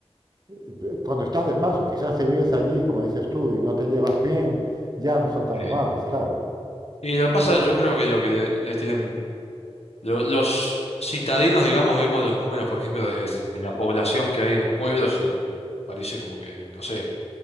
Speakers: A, on the right; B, on the left.
A: eh, cuando estás de paso, quizás si vives allí, como dices tú, y no te llevas bien, ya no son tan
B: Eh,
A: amables, claro.
B: y lo que pasa, yo creo que lo que le- les tienen lo- los citadinos, digamos, vemos los números, por ejemplo, de, de la población que hay en los pueblos y parece como que, no sé,